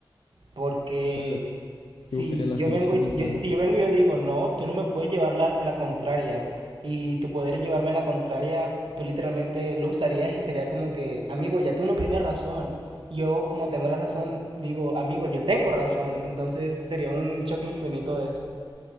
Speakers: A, on the right (about 85°); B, on the left (about 80°).
A: Porque
B: Claro,
A: si
B: yo buscaría la
A: yo
B: solución
A: vengo y
B: y tú
A: yo,
B: lo contrario.
A: si yo vengo y yo digo, no, tú no me puedes llevar la, la contraria y tu poder es llevarme la contraria, tú literalmente lo usarías y sería como que, amigo, ya tú no tienes razón. Yo como tengo la razón, digo, amigo, yo tengo razón. Entonces sería un choque infinito de eso.